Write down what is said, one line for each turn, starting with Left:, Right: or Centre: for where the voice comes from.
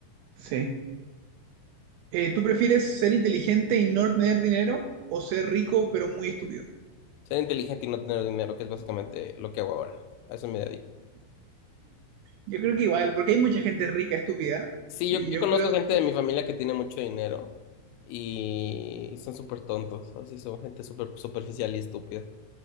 Right: Sí. Eh, ¿tú prefieres ser inteligente y no tener dinero o ser rico pero muy estúpido?
Left: Ser inteligente y no tener dinero, que es básicamente lo que hago ahora. A eso me dedico.
Right: Yo creo que igual, porque hay mucha gente rica, estúpida,
Left: Sí,
Right: y
Left: yo, yo
Right: yo
Left: conozco
Right: creo
Left: gente
Right: que,
Left: de mi familia que tiene mucho dinero y son súper tontos, así son gente súper superficial y estúpida.